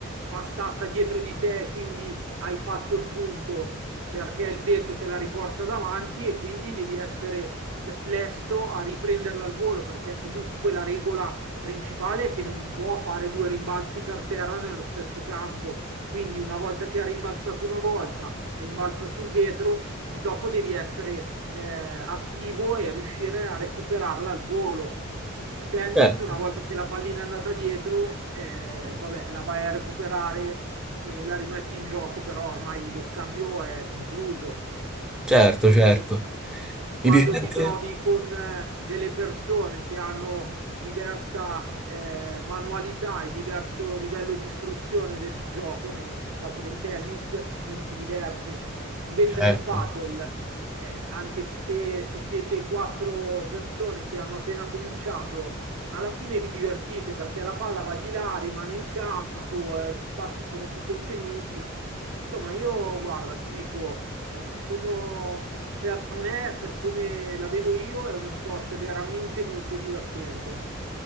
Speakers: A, on the right; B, in the centre.
A: passata dietro di te, quindi hai fatto il punto, perché il vetro te la riporta davanti e quindi devi essere eh, lesto a riprenderla al volo, perché comunque la regola principale è che non può fare due rimbalzi per terra nello stesso campo, quindi una volta che ha rimbalzato una volta rimbalza sul vetro, dopo devi essere eh, attivo e riuscire a recuperarla al volo. Tennis,
B: Certo,
A: una volta che la pallina è andata dietro, eh, vabbè, la vai a recuperare e la rimetti in gioco, però ormai lo scambio è concluso.
B: certo,
A: Quindi
B: certo.
A: quando
B: Mi piacerebbe?
A: ti trovi con eh, delle persone che hanno diversa eh, manualità e diverso livello di istruzione del gioco, nel caso del tennis, non ti diverti. Invece
B: Certo.
A: nel padel, eh, anche se, se siete quattro persone che hanno appena cominciato, alla fine vi divertite perché la palla va di là, rimane in campo, eh, gli spazi sono più contenuti Insomma, io guarda, ti dico, eh, secondo per me, per come la vedo io, è uno sport veramente molto divertente.